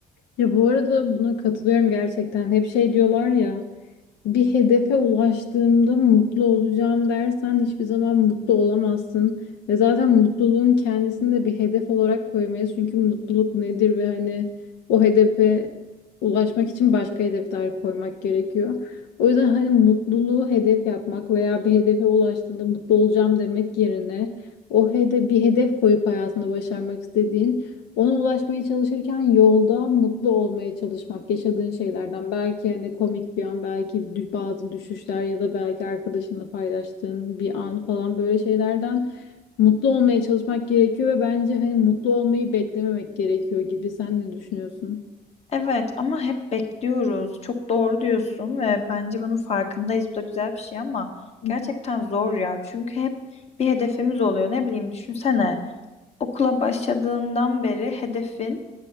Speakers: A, on the left (about 80°); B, on the left (about 40°).
A: Ya bu arada buna katılıyorum gerçekten. Hep şey diyorlar ya. bir hedefe ulaştığımda mutlu olacağım dersen hiçbir zaman mutlu olamazsın. Ve zaten mutluluğun kendisini de bir hedef olarak koyamayız. Çünkü mutluluk nedir ve hani o hedefe ulaşmak için başka hedefler koymak gerekiyor. O yüzden hani mutluluğu hedef yapmak veya bir hedefe ulaştığında mutlu olacağım demek yerine o hede bir hedef koyup hayatında başarmak istediğin ona ulaşmaya çalışırken yolda mutlu olmaya çalışmak, yaşadığın şeylerden belki hani komik bir an, belki dü- bazı düşüşler ya da belki arkadaşınla paylaştığın bir an falan böyle şeylerden mutlu olmaya çalışmak gerekiyor ve bence hani mutlu olmayı beklememek gerekiyor gibi. Sen ne düşünüyorsun?
B: Evet ama hep bekliyoruz. Çok doğru diyorsun ve bence bunun farkındayız. Bu da güzel bir şey ama
A: Hı
B: gerçekten
A: hı.
B: zor ya. Çünkü hep bir hedefimiz oluyor. Ne bileyim düşünsene. Okula başladığından beri hedefin